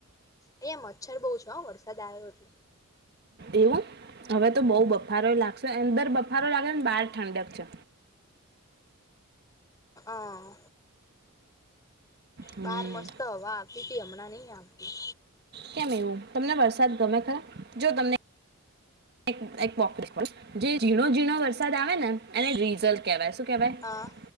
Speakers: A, on the left (about 15°); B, on the right (about 45°).
A: અહીંયા મચ્છર બહુ છે હો વરસાદ આયો એટલે.
B: એવું? હવે તો બઉ બફારોય લાગશે, અંદર બફારો લાગે ને બહાર ઠંડક છે.
A: અહં.
B: હમ
A: બાર મસ્ત હવા આવ પીતી હમણાં નહીં આવતી.
B: કેમ એવું? તમને વરસાદ ગમે ખરા? જો તમને <unintelligible> જે ઝીણો-ઝીણો વરસાદ આવે ને એને રીઝલ કહેવાય. શું કહેવાય?
A: હા